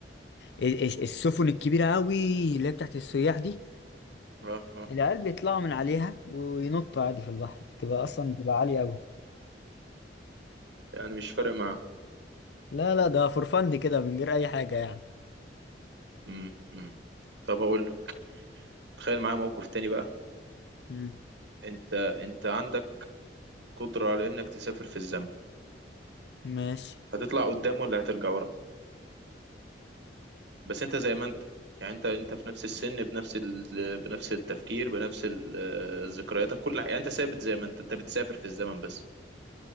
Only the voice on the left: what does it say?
ال- الس- السفن الكبيره قوي اللي هي بتاعت السياح دي
العيال بيطلعوا من عليها وينطوا عادي في البحر بتبقى اصلا بتبقى عاليه قوي
لا لا ده فور فن كده من غير اي حاجه يعني
امم
ماشي